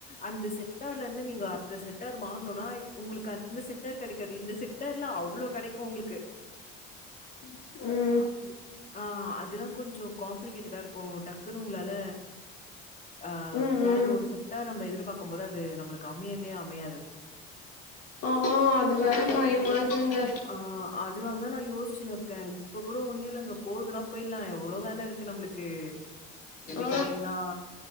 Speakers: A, on the left; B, on the left.
A: அந்த செக்டார்லர்ந்து நீங்க அடுத்த செக்டார் மாற்னோனா உங்குளுக்கு அந்த செக்டார் கிடைக்காது இந்த செ க்டார்ல அவ்ளோ கெடைக்கோ உங்குளுக்கு
B: ம்
A: ஆ அதெல்லா கொஞ்சோ காம்ப்ளிகேட்டடா இருக்கோ டக்குன்னு உங்களால ஆ
B: ம்
A: வேற
B: ம்
A: ஒரு செக்டார் நம்ம எதிர்பாக்கும் போது அது நம்புளுக்கு அமையவே அமையாது
B: ஆ அது வேற பயமா இருக்குங்க
A: ஆ அதனால தா நா யோசிச்சினு இருக்கே இப்ப கூட ஒன்னு இல்லங்க போறதுன்னா போயிர்லா எவ்ளோ வேல இருக்கு நம்புளுக் கு டெலி
B: ஆ
A: காலீங்னா